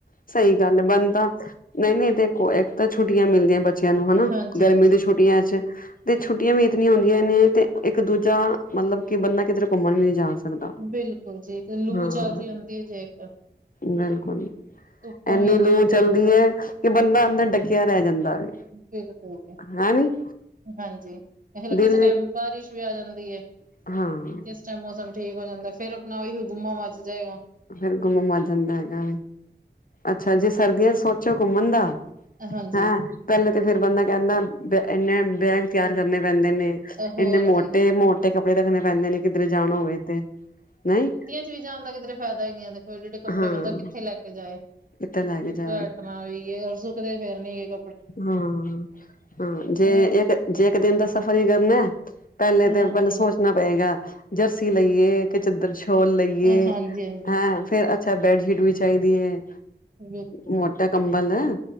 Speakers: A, on the left (about 50°); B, on the right (about 50°).
A: ਸਹੀ ਗੱਲ ਹੈ ਬਣਦਾ ਨਹੀਂ ਨਹੀਂ ਦੇਖੋ ਇੱਕ ਤਾਂ ਛੁੱਟੀਆਂ ਮਿਲਦੀਆਂ ਬੱਚਿਆਂ ਨੂੰ ਹਨਾ
B: ਹਾਂਜੀ
A: ਗਰਮੀ
B: ਹਾਂਜੀ
A: ਦੀ ਛੁੱਟੀਆਂ ਚ ਤੇ ਛੁੱਟੀਆਂ ਵੀ ਇਤਨੀਆਂ ਹੁੰਦੀਆਂ ਨੇ ਤੇ ਇੱਕ ਦੂਜਾ ਮਤਲਬ ਕਿ ਬੰਦਾ ਕਿਦਰੇ ਘੁੰਮਣ ਵੀ ਨ ਜਾ ਸਕਦਾ
B: ਬਿਲਕੁਲ ਜੀ ਲੂ
A: ਹਾਂ
B: ਚੱਲ ਰਹੀ ਹੁੰਦੀ ਹੈ ਜੇ ਇੱਕ
A: ਬਿਲਕੁਲ
B: ਧੁੱਪਾਂ
A: ਇੰਨੀ
B: ਵੀ ਇਨੀ
A: ਲੂ
B: ਹੁੰਦੀਆਂ
A: ਚਲਦੀ ਹੈ ਕਿ ਬੰਦਾ ਅੰਦਰ ਡੱਕਿਆ ਰੈ ਜਾਂਦਾ ਵੇ
B: ਬਿਲਕੁਲ
A: ਹੈਨੀ
B: ਹਾਂਜੀ
A: ਦਿਲ
B: ਕਿਸੇ ਟੈਮ
A: ਵੀ
B: ਬਾਰਿਸ਼ ਵੀ ਆ ਜਾਂਦੀ ਐ
A: ਹਾਂ
B: ਕਿਸ ਟੈਮ ਮੌਸਮ ਠੀਕ ਹੋ ਜਾਂਦਾ ਫੇਰ ਆਪਣਾ ਓਹੀ ਗੁੰਮਾ ਮਚ ਜਾਏਗਾ,
A: ਫੇਿਰ ਗੁੰਮਾ ਮਚ ਜਾਂਦਾ ਹੈਗਾ ਅੱਛਾ ਜੇ ਸਰਦੀਆਂ ਚ ਸੋਚੋ ਘੁੰਮਣ ਦਾ
B: ਹਾਂਜੀ
A: ਹੈਂ ਪੈਲੇ ਤਾਂ ਫੇਰ ਬੰਦਾ ਕੈਂਦਾ ਇੰਨੇ ਬੈਗ ਤਿਆਰ ਕਰਨੇ ਪੈਂਦੇ ਨੇ
B: ਹੋਰ
A: ਇੰਨੇ ਮੋਟੇ
B: ਜੀ
A: -ਮੋਟੇ ਕੱਪੜੇ ਰੱਖਣੇ ਪੈਂਦੇ ਨੇ ਕਿੱਧਰੇ ਜਾਣ ਹੋਵੇ ਤੇ ਨਹੀਂ
B: ਕਿਥੇ ਵੀ ਜਾਣ ਦਾ ਕਿਧਰੇ ਫੈਦਾ ਹੀ ਨਹੀ ਦੇ ਖੋ ਏਡੇ ਏਡੇ ਕੱਪੜੇ
A: ਹਾਂ
B: ਬੰਦਾ ਕਿੱਥੇ ਲੈ ਕੇ ਜਾਏ
A: ਕਿਤੇ ਲੈ ਕੇ ਜਾਵੇ
B: ਸ ਨਾ ਵੀ ਏ ਔਰ ਸੁੱਕਦੇ ਫੇਰ ਨੀ ਕ
A: ਹਾਂ ਹਾਂ ਜੇ
B: ਹਨਾ
A: ਇੱਕ ਜੇ ਇੱਕ ਦਿਨ ਦਾ ਸਫ਼ਰ ਹੀ ਕਰਨਾ ਪੈਲੇ
B: ਹਾਂਜੀ
A: ਤਾਂ ਪੈਲੇ ਸੋਚ ਣਾ ਪਏਗਾ ਜਰਸੀ ਲਈਏ ਕਿ ਚਦਰ ਛੋਲ ਲਈਏ ਯੇਹ
B: ਹਾਂਜੀ ਹਾਂਜੀ
A: ਹੈ, ਫੇਰ ਅੱਛਾ ਬੈਡਸ਼ੀਟ ਵੀ ਚਾਈਦੀ ਹੈ।
B: ਬਿਲਕੁਲ
A: ਮੋਟਾ ਕੰਬਲ ਹੈ।